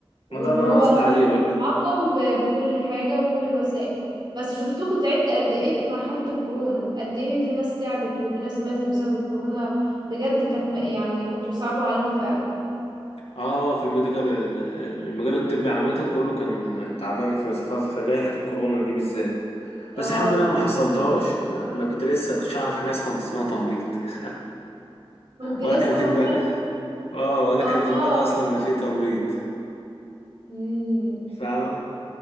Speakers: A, on the right (about 50°); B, on the left (about 80°).
A: وان
B: ما ده اللي
A: هو
B: أنا قصدي
A: لازم
B: عليه
A: يكون
B: بقى
A: معقم ب- بكل حاجة وبكل الوسائل بس شفتكوا تعبت قد ايه في مرحلة الكورونا قد ايه في ناس تعبت وفي ناس ماتت بسبب الكورونا بجد كانت م- يعني كنتوا بتصعبوا علينا فعلا
B: اه في الميديكال ال- المجال الطبي عامة كله كان تعبان في في في جائحة الكورونا دي بالذات
A: اه
B: بس الحمد لله ما
A: كان-
B: حصلتهاش انا انا كنت لسه كنتش اعرف حاجة اسمها اسمها تمريض <laughs>
A: كنت
B: ولا
A: لسه
B: كان في
A: ما
B: دماغي
A: دخلت
B: اه ولا
A: اه
B: كان في دماغي اصلا ان في تمريض
A: مم.
B: فاهمة